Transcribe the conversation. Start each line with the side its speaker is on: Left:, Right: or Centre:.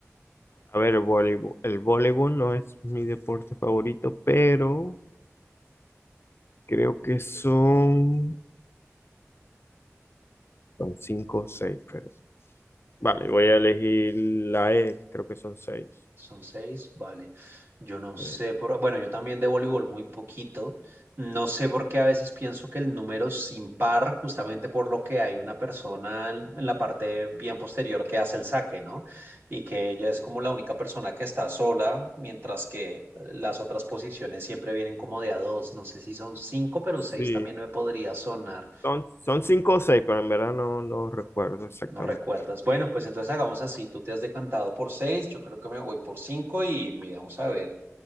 Left: A ver, el voleibol, el voleibol no es mi deporte favorito, pero creo que son, son cinco o seis, pero vale, voy a elegir la E, creo que son seis.
Right: Son seis, vale. Yo no sé
Left: Eh,
Right: por, bueno, yo también de voleibol muy poquito. No sé por qué a veces pienso que el número es impar, justamente por lo que hay una persona en, en la parte bien posterior que hace el saque, ¿no? Y que ella es como la única persona que está sola, mientras que las otras posiciones siempre vienen como de a dos. No sé si son cinco, pero
Left: Sí,
Right: seis también me podría sonar.
Left: son, son cinco o seis, pero en verdad no, no recuerdo exactamente.
Right: No recuerdas. Bueno, pues entonces hagamos así. Tú te has decantado por seis, yo creo que me voy por cinco y miramos a ver